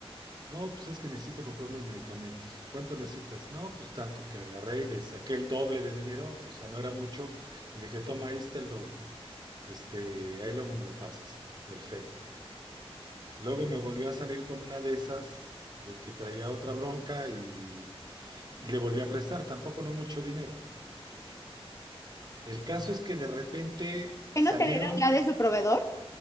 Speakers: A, on the right; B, on the left.
A: No, pues es que necesito comprar unos medicamentos. ¿Cuánto necesitas? No, pues tanto que agarré y le saqué el doble de dinero, o sea, no era mucho, y le dije, toma, ahí está el doble. Este, ahí luego me lo pasas. Perfecto. Luego me volvió a salir con una de esas, de que traía otra bronca y, y le volví a prestar, tampoco no mucho dinero. El caso es que de repente
B: ¿Que
A: salieron,
B: no te vieron ya de su proveedor?